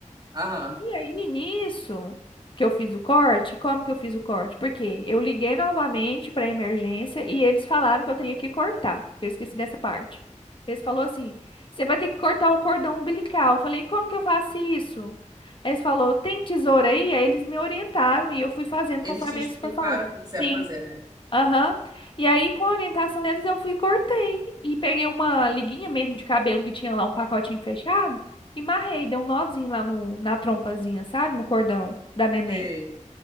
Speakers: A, on the right; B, on the left.
A: Aham.
B: E aí, nisso que eu fiz o corte, como que eu fiz o corte? Porque eu liguei novamente para a emergência e eles falaram que eu teria que cortar, que eu esqueci dessa parte. Eles falou assim: "Você vai ter que cortar o cordão umbilical". Eu falei: "Como que eu faço isso?" Eles falou: "Tem tesoura aí?" Aí eles me orientaram e eu fui fazendo
A: Eles
B: conforme
A: te explicaram
B: eles fa- falou.
A: o que que você ia
B: Sim.
A: fazer, né?
B: Aham. E aí, com a orientação deles, eu fui e cortei. E peguei uma liguinha mesmo de cabelo que tinha lá um pacotinho fechado e marrei, dei um nozinho lá no, na trompazinha, sabe? No cordão da neném.
A: Sei.